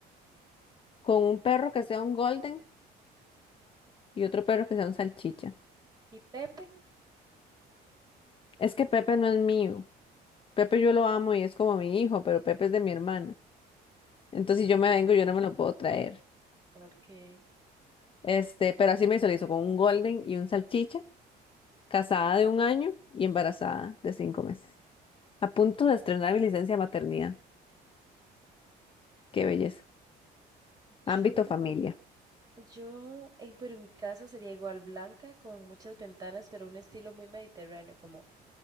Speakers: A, on the left; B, on the right.
A: con un perro que sea un golden y otro perro que sea un salchicha.
B: y Pepe.
A: Es que Pepe no es mío. Pepe yo lo amo y es como mi hijo, pero Pepe es de mi hermana. Entonces si yo me vengo, yo no me lo puedo traer.
B: Ok.
A: Este, pero así me visualizo con un golden y un salchicha, casada de un año y embarazada de cinco meses. A punto de estrenar mi licencia de maternidad. Qué belleza.
B: Yo
A: Ámbito familia.
B: Yo, eh, pero mi casa sería igual blanca, con muchas ventanas, pero un estilo muy mediterráneo, como,